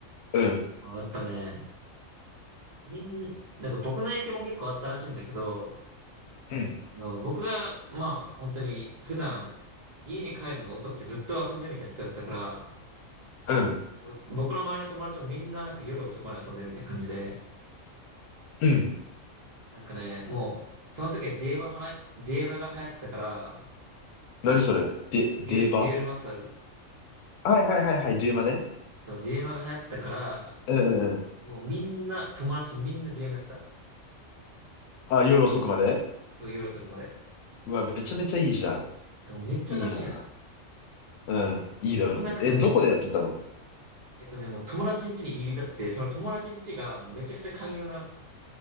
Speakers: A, on the left; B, on the right.
A: うん、
B: あやっぱね、みん、なんか僕の影響も結構あったらしいんだけど、
A: うん、
B: あの、僕が、まあ、本当に普段家に帰るのが遅くてずっと遊んでるみたいな人だったから、
A: うん、
B: もう僕の周りの友達もみんななんか夜遅くまで遊んでるみたいな感じで、
A: うん。
B: なんかね、もう、その時はデュエマはな、デュエマが流行ってたから、
A: 何それで、
B: デュエル、
A: デーバ
B: デュエルマスターズ、
A: はいはいはいはい、デーバね。
B: そう、デュエマが流行ってたから、
A: うんうんうん。
B: もうみんな、友達みんなデュエマやってた。
A: あ、夜遅くまで
B: そう、夜遅くまで。
A: うわ、めちゃめちゃいいじゃん。
B: そう、めっちゃ楽しいのよ。
A: いいな。うん、いいだろうね。
B: えげつなく楽しい。
A: え、どこでやってたの
B: えっとね、もう友達ん家に入り浸ってて、その友達ん家がもうめちゃくちゃ寛容な、